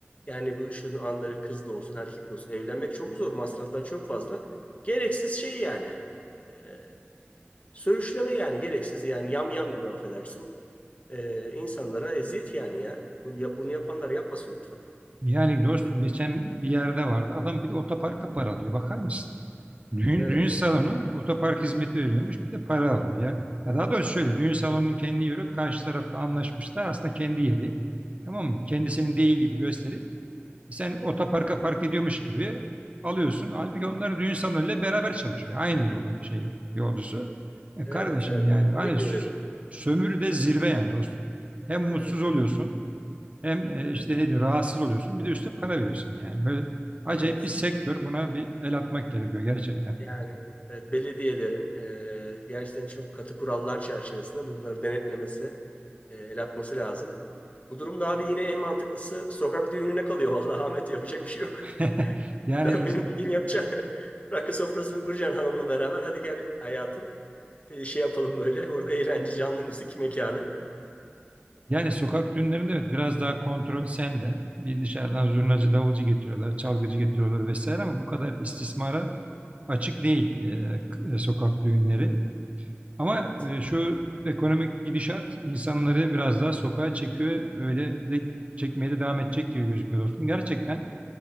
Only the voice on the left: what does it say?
yani bu şu anda kız da olsun erkek de olsun evlenmek çok zor masraflar çok fazla. Gereksiz şey yani. Ee, Söğüşleme yani gereksiz yani yam yam gibi affedersin. Ee, insanlara eziyet yani ya. Bunu, yap- bunu yapanlar yapmasın lütfen.
Evet.
Evet
evet.
Kesinlikle
öyledir.
Evet.
Evet.
Yani evet, belediyelerin e, gerçekten çok katı kurallar çerçevesinde bunları denetlemesi, e, el atması lazım. Bu durumda abi yine en mantıklısı sokak düğününe kalıyor <laughs> vallahi Ahmet yapacak bir şey yok.
Sen
benim
bildiğimi yapacaksın. <laughs> Rakı sofrasını kuracaksın hanımla beraber. Hadi gel hayatım. Bir şey yapalım böyle. Orada eğlence, canlı müzik mekanı.
Evet.